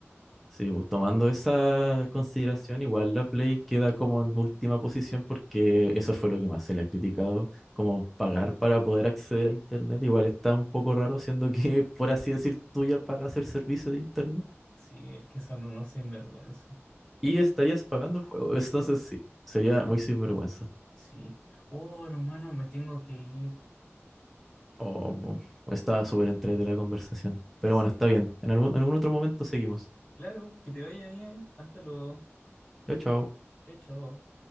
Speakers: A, in the centre; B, on the left (about 20°).
A: Sí, pues tomando esa consideración, igual la Play queda como en última posición porque eso fue lo que más se le ha criticado, como pagar para poder acceder a Internet, igual está un poco raro, siendo que, por así decir, tú ya pagas el servicio de Internet
B: Sí, es que son unos sinvergüenza.
A: y estarías pagando el juego, <laughs> entonces sí, sería muy sinvergüenza.
B: Sí. Oh, hermano, me tengo que ir.
A: Oh, bu- o estaba súper entre de la conversación. Pero
B: Sí.
A: bueno, está bien. En algún, en algún otro momento seguimos.
B: Claro, que te vaya bien. Hasta luego.
A: Chao, chao.
B: Chao, chao.